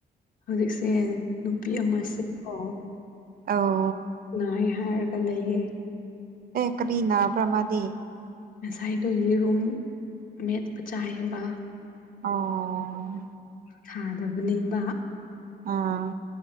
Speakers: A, on the left; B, on the right.
A: ꯍꯧꯖꯤꯛꯁꯦ ꯅꯨꯄꯤ ꯑꯃꯁꯦꯀꯣ
B: ꯑꯧ
A: ꯅꯥꯏ ꯍꯥꯏꯔꯒ ꯂꯩꯌꯦ
B: ꯑꯦ ꯀꯔꯤ ꯅꯥꯕ꯭ꯔ ꯃꯥꯗꯤ
A: ꯉꯁꯥꯏꯗꯨ ꯌꯦꯔꯨꯝ ꯃꯦꯠꯄ ꯆꯥꯏꯌꯦꯕ
B: ꯑꯣ
A: ꯊꯥꯗꯕꯅꯦꯕ
B: ꯑꯥ